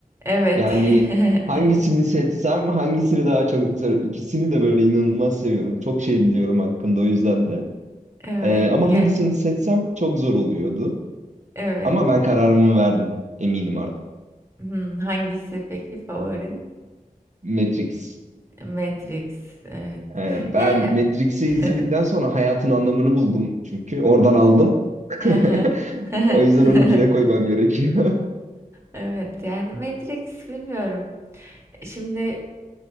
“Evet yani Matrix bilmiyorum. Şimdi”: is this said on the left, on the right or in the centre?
Right